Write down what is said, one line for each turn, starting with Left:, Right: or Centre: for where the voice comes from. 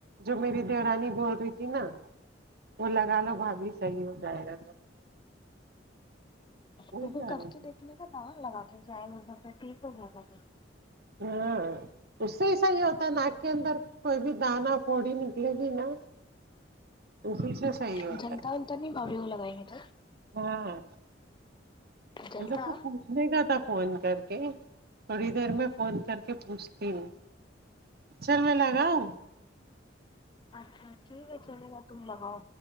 Right: جو میری دیورانی بول رہی تھی نا وہ لگا لو بھابھی صحیح ہو جائے گا وہی
Left: ان کو
Right: کہہ
Left: کر
Right: رہے ہیں
Left: کے دیکھنے کا تھا لگا کے شاید ہو سکتا ٹھیک ہو جاتا
Right: ہاں اس سے ہی صحیح ہوتا ہے ناک کے اندار کوئی بھی دانہ پھوڑی نکلے گی نا اسی سے صحیح ہوتا
Left: جلتا ولتا تو نہیں بھابھی وہ لگانگے تو
Right: ہاں
Left: جلتا
Right: ان لوگ کو پوچھ پوچھنے کا تھا فون کر کے تھوڑی دیر میں فون کر کے پوچھتی ہوں چل میں لگاؤ
Left: اچھا ٹھیک ہے چلے گا تم لگاؤ